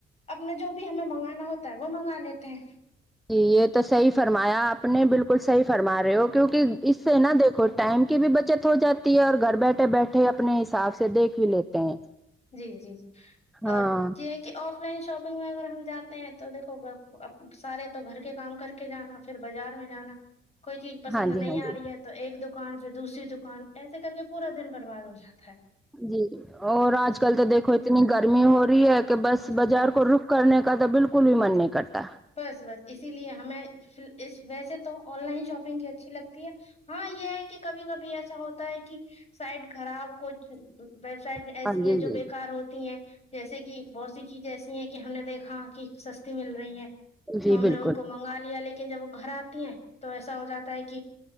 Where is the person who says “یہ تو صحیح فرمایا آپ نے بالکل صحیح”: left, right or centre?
Centre